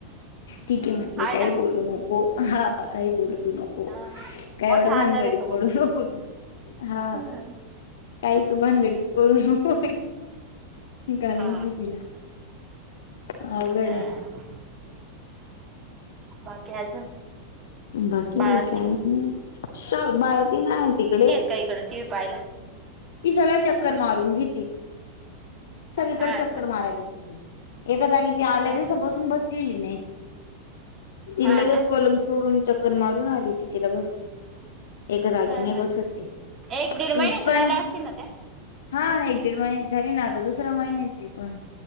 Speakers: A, on the left (about 55°); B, on the right (about 30°).
A: ठीक आहे म्हटलंय
B: हाय
A: काही
B: ना
A: बोलू नको हा काही बोलू. नको
B: हा
A: काय
B: मोठा
A: एवढं भानगडीत
B: आजार आहे तो
A: पडू
B: मम्मीचा
A: नको. हा
B: हम्म
A: काही तू भानगडी प नक गाण्यामधली
B: हा
A: बोला अवघडे‌
B: हा
A: आहे.
B: बाकी अजून
A: बाकी
B: बाळांतीन
A: काय नाही श बाळती नाही आहे तिकडे
B: काहीकडडे टीव् पायला.
A: ती सगळ्या चक्कर मारून घेतली. सगकडे
B: हा
A: चक्कर
B: का
A: मारायला एका जागी. ती आल्या
B: ह
A: दिवसापासून
B: ह
A: बसलेली नाही ती
B: हा
A: लगच
B: ना
A: प सोडून चक्कर मारून आली त तिला बस एका जागी
B: ह
A: नाही
B: ह
A: बसत त
B: एक
A: त
B: दीड महिन्याच्या
A: पण.
B: झाल्या असतील ना त्या
A: हा एक दीड महिन्या झाली ना आता दुसऱ्या महिन्याची पण.